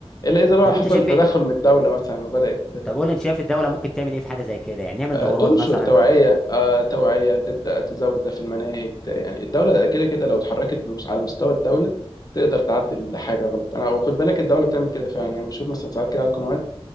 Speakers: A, on the left; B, in the centre.
A: الا اذا بقى
B: طب
A: حصل
B: انت شايف
A: تدخل
B: ايه
A: من الدوله مثلا وبدات
B: طب قول لي انت شايف الدوله ممكن تعمل ايه في حاجه زي كده يعني نعمل
A: آه،
B: دورات
A: تنشر
B: مثلا
A: توعيه
B: او
A: آه، توعيه تبدا تزود ده في المناهج ت- يعني الدوله كده كده لو اتحركت بمس- على مستوى الدوله تقدر تعدل حاجه غلط انا وخد بالك الدوله بتعمل كده فعلا يعني بشوف مثلا ساعات كده على القنوات